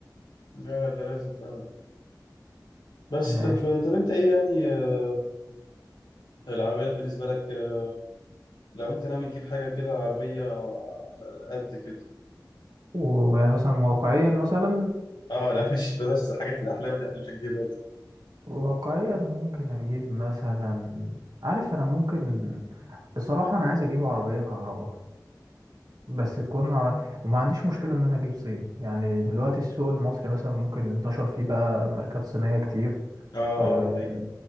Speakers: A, on the left (about 85°); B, on the right (about 60°).
A: لا ده لازم فعلا بس
B: ماشي
A: طب طب انت ايه يعني آه، العربيات بالنسبه لك آه، لو انت ناوي تجيب حاجه كده عربيه على قد كده
B: ويعني مثلا واقعيا مثلا
A: اه لا مش بلاش حاجات الاحلام اللي احنا مش هنجيبها دي
B: واقعيا ممكن اجيب مثلا عارف انا ممكن بصراحة انا عايز اجيب عربية كهرباء بس تكون على وما عنديش مشكلة ان انا اجيب صيني يعني دلوقتي السوق المصري مثلا ممكن انتشر فيه بقى ماركات صينية كتير
A: اه
B: آه،
A: اه دي حقيقة